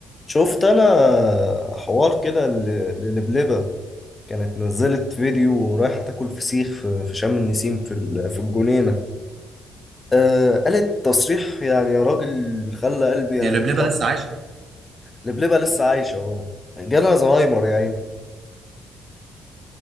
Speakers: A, on the left; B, on the right.
A: شفت انا حوار كده ل- للبلبة كانت نزلت فيديو رايحة تاكل فسيخ في في شم النسيم في ال- في الجنينة آه قالت تصريح يعني يا راجل خلى قلبي يتقطع
B: هي لبلبة لسه عايشة
A: لبلبة لسه عايشة اهو جالها زهايمر يا عيني